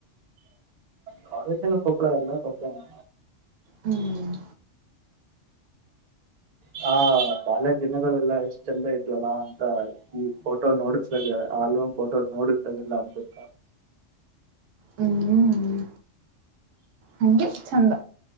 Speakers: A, on the right; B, on the right.
A: ಕಾಲೇಜನು ಕೊಪ್ಪಳಾ ಎಲ್ಲಾ ಕೊಪ್ಪಳನೇ.
B: ಹ್ಮ್
A: ಹ ಕಾಲೇಜ್ ದಿನಗಳೆಲ್ಲ ಎಷ್ಟ್ ಚಂದ ಇದ್ವಲ್ಲ ಅಂತ ಈ ಫೋಟೋ ನೋಡಿಸತಾಗ ಆಲ್ಬಮ್ ಫೋಟೋ ನೋಡಸ್ತಾಗೆಲ್ಲ ಅನ್ಸುತ್ತ.
B: ಹ್ಮ್ ಹ್ಮ್ಮ್ ಹಂಗೆ ಚಂದ.